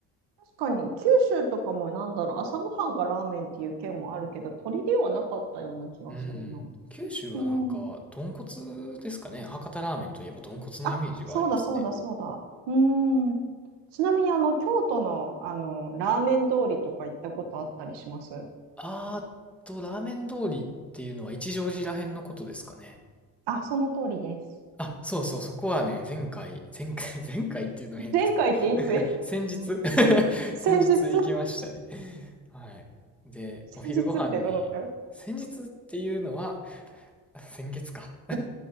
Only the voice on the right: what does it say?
確かに九州とかもなんだろう、朝ごはんがラーメンっていう県もあるけど、鳥ではなかったような気がするな。
うん
あ、そうだそうだそうだ。うーん。ちなみにあの京都の、あのラーメン通りとか行ったことあったりします
あ、その通りです。
前回っていつ
<laughs> 先日
先日ってどのくらい
い